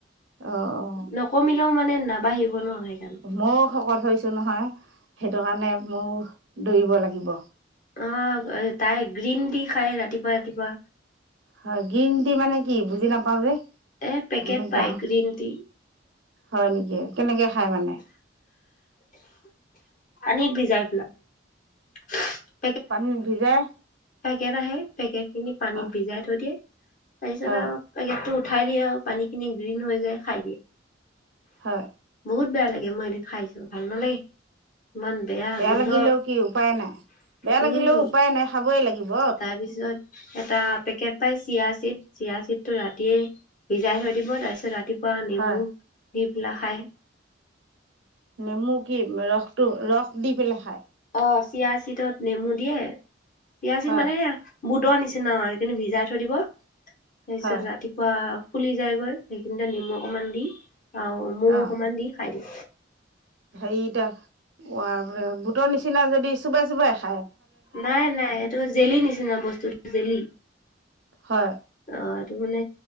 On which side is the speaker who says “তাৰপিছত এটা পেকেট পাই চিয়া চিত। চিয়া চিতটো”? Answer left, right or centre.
Left